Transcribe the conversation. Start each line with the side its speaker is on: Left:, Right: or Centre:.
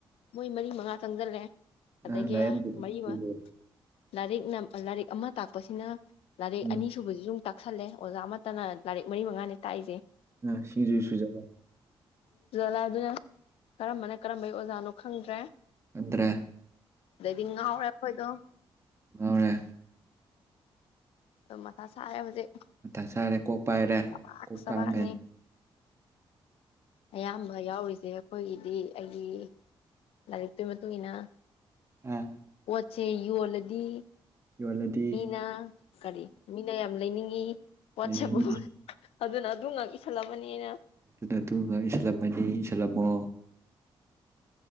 Left: ꯃꯣꯏ ꯃꯔꯤ ꯃꯉꯥ ꯆꯪꯁꯤꯜꯂꯦ ꯑꯗꯗꯒꯤ
Right: ꯑꯥ ꯂꯥꯏꯔꯤꯛ ꯑꯝꯇꯗ
Left: ꯃꯩꯃ ꯂꯥꯏꯔꯤꯛ ꯂꯥꯏꯔꯤꯛ ꯑꯃ ꯇꯥꯛꯄꯁꯤꯅ ꯂꯥꯏꯔꯤꯛ
Right: ꯎꯝ
Left: ꯑꯅꯤꯁꯨꯨꯕꯁꯨ ꯁꯨꯝ ꯇꯥꯛꯁꯜꯂꯦ ꯑꯣꯖꯥ ꯑꯃꯠꯇꯅ ꯂꯥꯏꯔꯤꯛ ꯃꯔꯤ ꯃꯉꯥꯅꯦ ꯇꯥꯛꯏꯁꯦ
Right: ꯑ ꯁꯤꯁꯤꯡꯖꯣꯏ ꯁꯖꯗ
Left: ꯂ ꯑꯗꯨꯅ ꯀꯔꯝꯕꯅ ꯀꯔꯝꯕꯩ ꯑꯣꯖꯥꯅꯣ ꯈꯪꯗ꯭ꯔꯦ
Right: ꯈꯟꯗ꯭ꯔꯦ
Left: ꯑꯗꯩꯗꯤ ꯉꯥꯎꯔꯦ ꯑꯩꯈꯣꯏꯗꯣ
Right: ꯃꯔꯦ
Left: ꯃꯊꯥ ꯁꯥꯔꯦ ꯍꯧꯖꯤꯛ
Right: ꯑ ꯁꯥꯔꯦ ꯀꯣꯛ ꯄꯥꯏꯔꯦ
Left: ꯆꯕꯥꯛ
Right: ꯀꯣꯛ
Left: ꯆꯕꯥꯛꯅꯤ
Right: ꯇꯥꯡꯒꯦ
Left: ꯑꯌꯥꯝꯕ ꯌꯥꯎꯔꯤꯁꯦ ꯑꯩꯈꯣꯏꯒꯤꯗꯤ ꯑꯩꯒꯤ ꯂꯥꯏꯔꯤꯛꯇꯨꯒꯤ ꯃꯇꯨꯡ ꯏ ꯃꯇꯨꯡꯏꯟꯅ
Right: ꯎꯝ
Left: ꯄꯆꯦ ꯌꯨꯂꯗꯤ
Right: ꯌꯣꯜꯂꯗꯤ
Left: ꯃꯤꯅ ꯀꯔꯤ ꯃꯤꯅ ꯌꯥꯝ ꯂꯩꯅꯤꯡꯉꯤ ꯋꯥꯠꯁꯦ
Right: ꯂꯩꯅꯤꯡ
Left: ꯑꯗꯨꯅ ꯑꯗꯨ ꯉꯥꯛ ꯏꯁꯜꯂꯕꯅꯤꯅ
Right: ꯑꯗꯨꯅ ꯑꯗꯨ ꯉ ꯏꯁꯜꯂꯝꯃꯅꯤ ꯏꯁꯜꯂꯝꯃꯣ